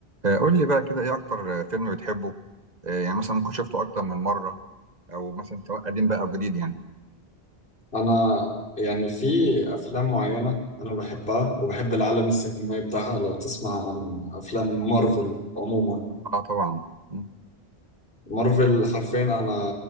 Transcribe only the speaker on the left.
انا يعني في افلام معينه انا بحبها وبحب العالم السينمائي بتاعها لو تسمع عن افلام مارفل عموما
مارفل حرفيا انا